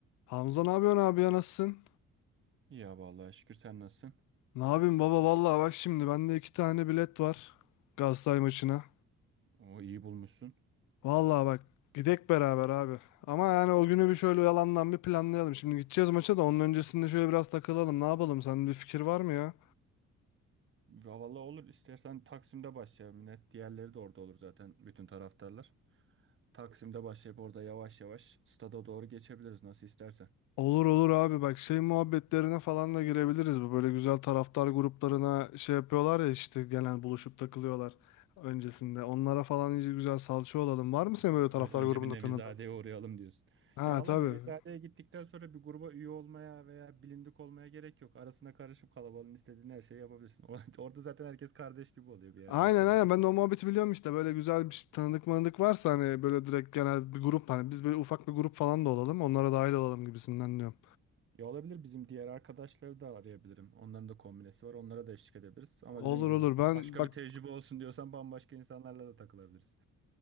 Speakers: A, on the left; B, on the right.
A: Hamza ne yapıyorsun abi ya nasılsın?
B: Ya vallahi şükür sen nasılsın?
A: Ne yapayım baba vallahi bak şimdi bende iki tane bilet var Galatasaray maçına.
B: O iyi bulmuşsun.
A: Vallahi bak gidek beraber abi. Ama yani o günü bir şöyle yalandan bir planlayalım. Şimdi gideceğiz maça da onun öncesinde şöyle biraz takılalım. Ne yapalım? Senin bir fikir var mı ya?
B: Ya vallahi olur istersen Taksim'de başlayalım. Yine diğerleri de orada olur zaten bütün taraftarlar. Taksim'de başlayıp orada yavaş yavaş stada doğru geçebiliriz nasıl istersen.
A: Olur olur abi bak şey muhabbetlerine falan da girebiliriz. Bu böyle güzel taraftar gruplarına şey yapıyorlar ya işte gelen buluşup takılıyorlar öncesinde. Onlara falan iyice güzel salça olalım. Var mı senin
B: Ö-
A: böyle
B: ö-
A: taraftar
B: Önce
A: grubunda
B: bir Nevizade'ye
A: tanıdığın?
B: uğrayalım diyorsun.
A: Ha
B: Ya valla
A: tabii.
B: Nevizade'ye gittikten sonra bir gruba üye olmaya veya bilindik olmaya gerek yok. Arasına karışıp kalabalığın istediğin her şeyi yapabilirsin. <laughs> Orada zaten herkes kardeş gibi oluyor bir yerden
A: Aynen
B: sonra.
A: aynen ben de o muhabbeti biliyorum işte böyle güzel bir tanıdık manıdık varsa hani böyle direkt genel bir grup hani biz böyle ufak bir grup falan da olalım onlara dahil olalım gibisinden diyorum.
B: Ya olabilir bizim diğer arkadaşları da arayabilirim. Onların da kombinesi var. Onlara da eşlik edebiliriz. Ama
A: Olur
B: dediğim gibi
A: olur ben
B: başka
A: bak
B: bir tecrübe olsun diyorsan bambaşka insanlarla da takılabiliriz.